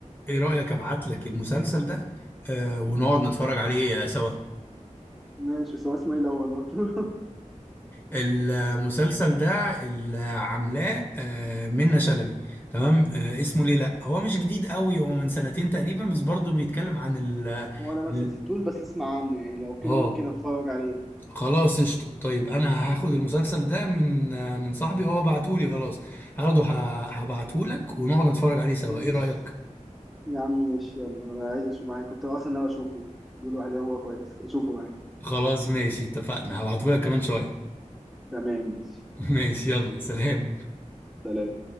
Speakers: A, on the left (about 15°); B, in the centre.
A: ايه رأيك ابعت لك المسلسل ده آه ونقعد نتفرج عليه آه، سوا
B: ماشي بس هو اسمه ايه الاول برضه <laughs>
A: المسلسل ده اللي عاملاه آه منة شلبي تمام آه اسمه ليه لا هو مش جديد قوي هو من سنتين تقريبا بس برضه بيتكلم عن ال
B: هو انا ما
A: ال-
B: شفتوش بس اسمع عنه يعني لو كده
A: اه
B: ممكن اتفرج عليه
A: خلاص قشطة طيب انا هاخد المسلسل ده من آه من صاحبي هو بعتهولي خلاص هاخده ه- هبعتهولك ونقعد نتفرج عليه سوا
B: ماشي
A: ايه رأيك
B: يا عم ماشي يلا انا عايز اشوفه معاك كنت اصلا ناوي اشوفه بيقولوا عليه هو كويس اشوفه معاك
A: خلاص ماشي اتفقنا هبعتهولك كمان شوية
B: تمام ماشي
A: <laughs> ماشي يلا سلام
B: سلام